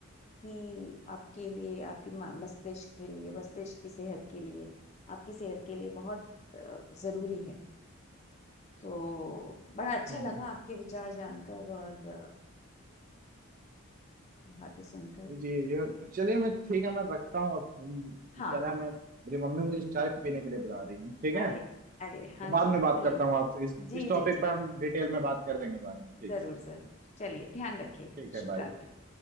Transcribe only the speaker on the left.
ही आपके लिए आपकी मा- मस्तिष्क के लिए मस्तिष्क की सेहत के लिए आपकी सेहत के लिए बहुत अ, जरूरी है तो बड़ा अच्छा
लगा आपके विचार जानकर और अ, बातें सुनकर
हाँ
हाँ
अरे अरे हाँ
जी चलिए
जी
जी जी
जरूर
जरूर चलिए ध्यान रखिएगा
शुभ
रात्रि